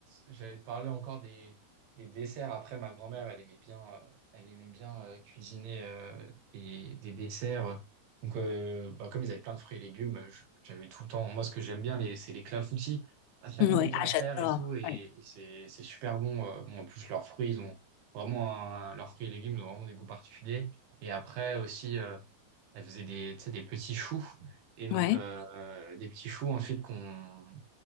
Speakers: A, on the right; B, on the left.
A: j'avais parlé encore des, des desserts. Après, ma grand-mère, elle aimait bien, euh, elle aimait bien euh, cuisiner euh, des, des desserts. Donc, euh, bah, comme ils avaient plein de fruits et légumes, je- j'avais tout le temps. Moi, ce que j'aime bien, les, c'est les clafoutis. Pas très
B: Oui,
A: compliqué
B: ah,
A: à
B: j'adore.
A: faire et tout. Et,
B: Ouais.
A: et c'est, c'est super bon. euh. Bon, en plus, leurs fruits, ils ont vraiment un- leurs fruits et légumes, ils ont vraiment des goûts particuliers. Et après aussi, euh, elle faisait des, tu sais, des petits choux. Et donc,
B: Ouais.
A: euh, des petits choux ensuite qu'on